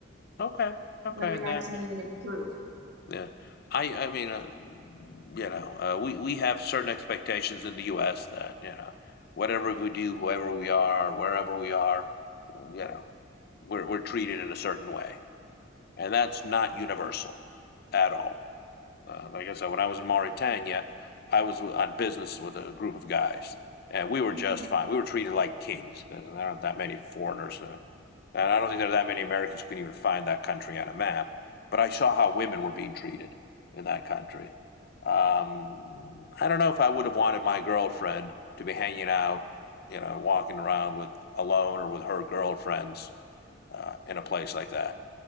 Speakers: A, on the left (about 50°); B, on the right (about 55°).
A: okay,
B: <laughs>
A: okay,
B: where you're
A: and
B: actually
A: that
B: in a group.
A: Yeah, I I mean, uh, you know, uh, we we have certain expectations in the U.S. that you know, whatever we do, whoever we are, wherever we are, you know, we're we're treated in a certain way, and that's not universal at all. Uh, like I said, when I was in Mauritania, I was w- on business with a group of guys, and we were
B: Mhm.
A: just fine. We were treated like kings because there aren't that many foreigners. uh, and I don't think there are that many Americans who can even find that country on a map. But I saw how women were being treated in that country. Um, I don't know if I would have wanted my girlfriend to be hanging out, you know, walking around with alone or with her girlfriends uh, in a place like that.